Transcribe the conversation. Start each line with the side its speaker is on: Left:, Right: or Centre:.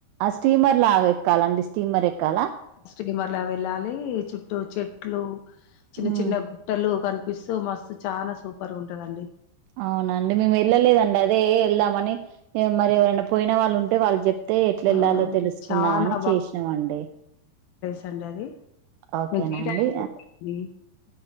Right: ఆ స్టీమర్ లాగా ఎక్కాలండి స్టీమర్ ఎక్కాలా
Left: స్టిమర్లా వెళ్ళాలి చుట్టు చెట్లు చిన్న
Right: ఉమ్,
Left: చిన్న గుట్టలు కనిపిస్తూ మస్తు చానా సూపర్ ఉంటదండి.
Right: అవునండి మేము వెళ్ళలేదండి అదే ఎళ్దామని ఏ మరి ఎవరైనా పోయిన వాళ్ళు ఉంటే వాళ్ళు చెప్ అయితే ఎట్ల
Left: ఆ
Right: వెళ్లాలో తెలుసుకుందామని
Left: చాలా
Right: చేసినామండి
Left: తండది
Right: ఓకేనా
Left: <unintelligible>
Right: అండి
Left: మ్మ్